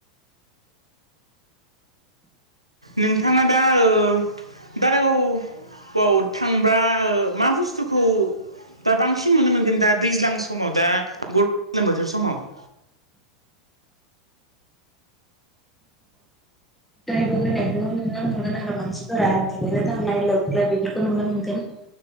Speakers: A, on the right; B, in the centre.
A: नोंथाङा दा ओ दारागावाव थांबा मा बुस्थुखौ दा बांसिन नुनो मोनगोन दा दैज्लां समाव दा ग गोलोम बोथोर समाव। <inaudible>
B: दै बोहैनायखौ नुनो मोनगोन हालो हालो मानसिफोरा दुगैनो थांनाइ लोब लोब बेफोरखौनो मोनगोन